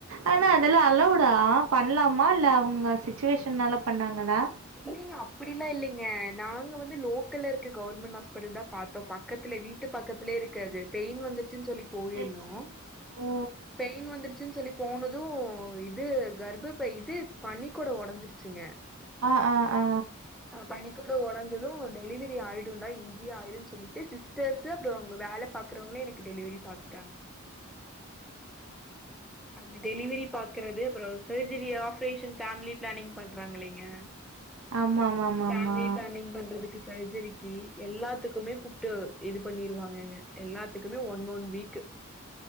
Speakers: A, on the right; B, in the centre.
A: ஆனா அதெல்லா அளோவ்டா பண்லாமா இல்ல அவுங்க சிச்சுவேஷன்னால பண்ணாங்களா
B: இல்லைங்க அப்புடிலா இல்லைங்க நாங்க வந்து லோக்கல்ல இருக்க கவர்மெண்ட் ஹாஸ்பிடல் தா பாத்தோ பக்கத்துல வீ ட்டு பக்கத்துலயே இருக்கது பெயின் வந்துருச்சுன் சொல்லி போயிருந்தோ
A: செரி செரி ஓ
B: பெயின் வந்துருச்சுன் சொல்லி போனது இது கர்ப்ப பை இது பனி கொடோ ஒடஞ்சிருச்சுங்க
A: ஆ ஆ ஆ
B: பனிகொடோ ஒடஞ்சது டெலிவரி ஆயிடுண்டா இங்கேயே ஆயிருன் சொல்லிட்டு சிஸ்டர்சு அப்றோ அங்க வேல பாக்றவங்ளே எனக்கு டெலிவெரி பாத்துட்டாங்கங் அங்க டெலிவெரி பாக்கறது அப்றோ செஜரி ஆப்ரேஷன் ஃபேம்லி பிளானிங் பண்றாங் இல்லைங்க
A: ஆமாமாமாமா
B: ஃபேம்லி பிளானிங் பண்றதுக்கு சர்ஜரிக்கு எல்லாத்துக்குமே கூப்ட்டு இது பண்ணிருவாங்கங்க எல்லாத்துக்குமே ஒன் ஒன் வீக்கு